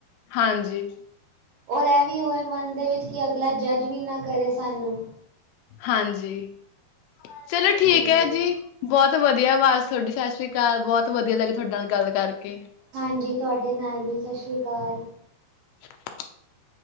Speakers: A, on the left; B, on the right.
A: ਹਾਂਜੀ।
B: ਔਰ ਐਵੀ ਹੋਏ ਮਨ ਦੇ ਵਿੱਚ ਕਿ ਅਗਲਾ ਜੱਜ ਵੀ ਨਾ ਕਰੇ ਸਾਨੂੰ।
A: ਹਾਂਜੀ, ਚਲੋ ਠੀਕ
B: ਹਾਂਜੀ
A: ਹੈ ਜੀ। ਬੌਤ ਵਧੀਆ ਅਵਾਜ਼ ਥੋਡੀ। ਸਤਿ ਸ੍ਰੀ ਅਕਾਲ, ਬੌਤ ਵਧੀਆ ਲੱਗੇ ਥੋਡੇ ਨਾਲ ਗੱਲ ਕਰਕੇ।
B: ਹਾਂਜੀ, ਤੁਹਾਡੇ ਨਾਲ ਵੀ ਸਤਿ ਸ਼੍ਰੀ ਅਕਾਲ।
A: <inaudible>